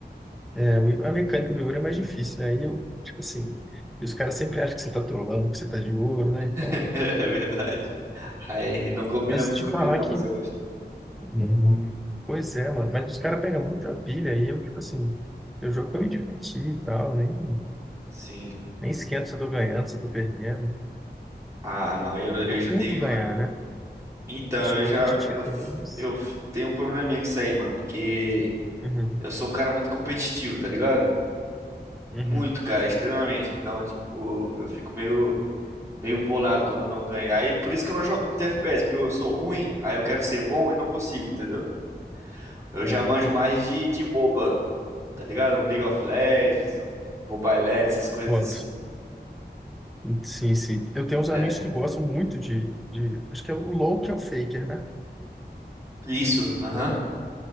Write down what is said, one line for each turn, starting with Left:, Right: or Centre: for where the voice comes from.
Centre: é, o- a mecânica do ouro é mais difícil, né? E eu, tipo assim, os caras sempre acham que você tá trolando, que você tá de ouro, né? Então,
Right: <laughs> É verdade. Aí não combina
Centre: mas
Right: muito
Centre: te
Right: comigo
Centre: falar
Right: não,
Centre: que.
Right: mas eu gosto.
Centre: Uhum. Pois é, mano, mas os caras pegam muita pilha e eu, tipo assim, eu jogo pra me divertir e tal, nem,
Right: Sim.
Centre: nem esquento se eu tô ganhando, se eu tô perdendo.
Right: Ah, não, eu,
Centre: Eu
Right: eu já
Centre: curto
Right: tenho.
Centre: ganhar, né?
Right: Então,
Centre: Eu sou
Right: eu
Centre: competitivo
Right: já. Eu,
Centre: também, mas.
Right: eu tenho um probleminha com isso aí, mano. Porque
Centre: Uhum,
Right: eu sou um cara muito competitivo, tá ligado?
Centre: uhum.
Right: Muito, cara, extremamente. Então, tipo, eu fico meio, meio bolado quando eu não ganho. Aí, por isso que eu não jogo muito FPS, porque eu sou ruim, aí eu quero ser bom e não consigo, entendeu? Eu
Centre: Ah,
Right: já manjo
Centre: então.
Right: mais de, de MOBA, tá ligado? Um League of Legends, um Mobile Legends, essas coisas
Centre: Voto.
Right: assim.
Centre: Sim, sim. Eu tenho uns
Right: É.
Centre: amigos que gostam muito de, de. Acho que é o LoL que é o Faker, né?
Right: Isso, aham.